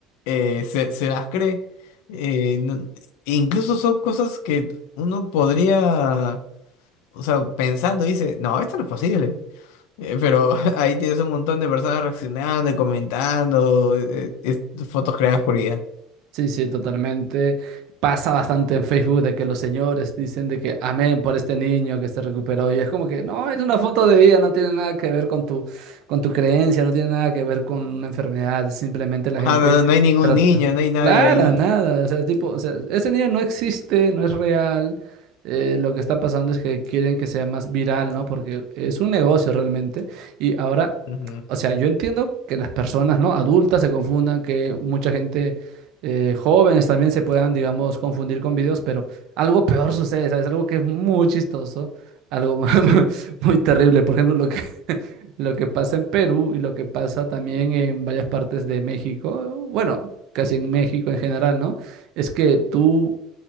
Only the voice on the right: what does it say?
Sí, sí, totalmente. Pasa bastante en Facebook de que los señores dicen de que amén por este niño que se recuperó. Y es como que no, es una foto de vida, no tiene nada que ver con tu, con tu creencia, no tiene nada que ver con una enfermedad. Simplemente la
gente
trata.
Clara,
nada. O sea, tipo, o sea, ese niño no existe, no es real. Eh, lo que está pasando es que quieren que sea más viral, ¿no? Porque es un negocio realmente. Y ahora,
o sea, yo entiendo que las personas, ¿no? Adultas se confundan, que mucha gente eh, jóvenes también se puedan, digamos, confundir con videos, pero algo peor sucede, ¿sabes? Algo que es muy chistoso, algo <laughs> mu-
muy terrible. Por ejemplo, lo que, <laughs> lo que pasa en Perú y lo que pasa también en varias partes de México, bueno, casi en México en general, ¿no? Es que tú,